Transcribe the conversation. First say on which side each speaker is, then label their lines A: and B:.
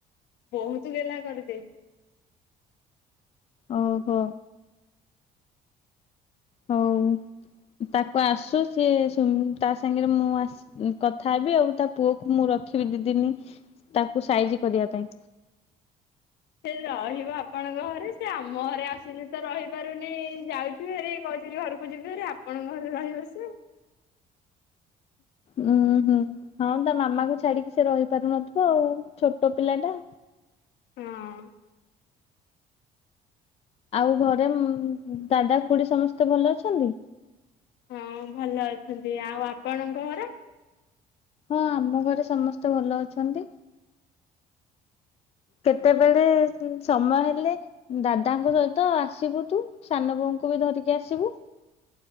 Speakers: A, on the left (about 80°); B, on the left (about 35°).
A: ବହୁତ ଗହ୍ଲା କରିଦେଇ <inaudible>
B: ଓହୋ। ହଉ ତାକୁ ଆସୁ ସିଏ ତା ସାଙ୍ଗରେ ମୁଁ କଥା ହେବି ଆଉ ତା ପୁଅକୁ ମୁଁ ରଖିବି ଦିଦିନି ତାକୁ ସାଇଜି କରିବା ପାଇଁ।
A: ସେ ରହିବ ଆପଣଙ୍କ ଘରେ ସେ ଆମ ଘରେ ଆସୁଛି ତ ରହିପାରୁନି ଯାଉଛିୁ ହେରେ କହୁଥିଲ ଘରକୁ ଯିବୁ ହେରେ ଆପଣଙ୍କ ଘରେ ରହିବ ସେ।
B: ଉଁ ହୁଁ ହଁ ତା ମାମା କ ଛାଡିକି ସେ ରହି ପାରୁନଥିବ ଆଉ ଛୋଟ ପିଲା ଟା।
A: ହଁ
B: ଆଉ ଘରେ ଦାଦା ଖୁଡି ସମସ୍ତେ ଭଲ ଅଛନ୍ତି।
A: ହଁ ଭଲ ଅଛନ୍ତି ଆଉ ଆପଣଙ୍କ ଘର
B: ହଁ ଆମ ଘରେ ସମସ୍ତେ ଭଲ ଅଛନ୍ତି କେତେବେଳେ ସମୟ ହେଲେ ଦାଦାଙ୍କ ସହିତ ଆସିବୁ ତୁ ସାନ ବୋଉଙ୍କୁ ବି ଧରିକି ଆସିବୁ।